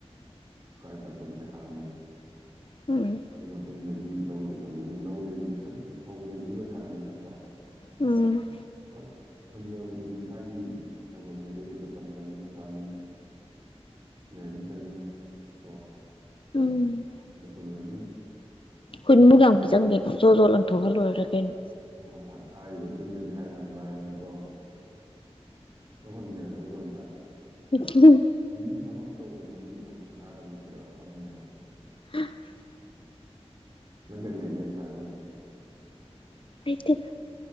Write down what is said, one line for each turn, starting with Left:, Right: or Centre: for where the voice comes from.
Right: ꯎꯀꯥꯏ ꯇꯛꯄꯁꯦ ꯄꯩꯁꯥꯝꯅꯤ
Left: ꯎꯝ
Right: ꯑꯗꯨ ꯃꯇꯨꯡꯗꯒꯤ ꯂꯧꯗ ꯌꯣꯜꯂꯅꯤ ꯂꯧ ꯂꯩꯕ ꯐꯧ ꯂꯩꯕꯁꯨ ꯄꯩꯁꯥꯅꯤ ꯅꯠꯇ꯭ꯔꯣ
Left: ꯎꯝ꯫
Right: ꯍꯣꯏ ꯍꯨꯟꯖꯕꯗꯨꯗꯤ ꯏꯁꯥꯒꯤ ꯊꯕꯛꯅꯦ ꯑꯗꯨꯗꯨ ꯇ ꯇꯝ ꯆꯪꯉꯤ ꯍꯛꯆꯥꯡꯒꯤ ꯏꯅ꯭ꯔꯖꯤ ꯆꯪꯉꯤ ꯀꯣ
Left: ꯎꯝ
Right: ꯑꯗꯨ ꯍꯨꯜꯂꯅꯤ꯫
Left: ꯍꯨꯟꯕꯨ ꯀ꯭ꯌꯥꯝ ꯀꯧꯏ ꯆꯪꯗꯣꯏꯅꯣ ꯖꯣ ꯖꯣ ꯂꯪꯊꯣꯛꯈ꯭ꯔ ꯂꯣꯏꯔꯦ ꯀꯩꯅꯣ꯫
Right: ꯑꯣ ꯍꯣꯏ ꯍꯥꯏꯔꯤꯕ ꯆꯤꯟꯗꯗꯤ ꯍꯥꯏꯕ ꯌꯥꯝ ꯂꯥꯏꯕꯅꯤꯀꯣ꯫ ꯅꯪ ꯍꯨꯟꯒꯦꯔꯥ ꯖꯣ ꯖꯣ ꯑꯝꯇ꯫
Left: <unintelligible>
Right: ꯑꯁꯤꯒꯤ ꯊꯕꯛ ꯇꯧꯕꯗ ꯃꯤ ꯊꯕꯛ ꯁꯤꯟꯊꯥꯗꯕꯗꯁꯦ ꯑꯩ ꯈꯣꯏꯗꯧ ꯌꯥꯝ ꯁꯥꯎꯅꯤꯡꯉꯦꯕ꯫
Left: <unintelligible>
Right: ꯅꯪ ꯀꯩ ꯍꯩꯒꯦ ꯑꯝꯇ ꯍꯥꯏꯔꯛꯎꯅꯦ꯫
Left: ꯍꯩꯇꯦꯗ꯫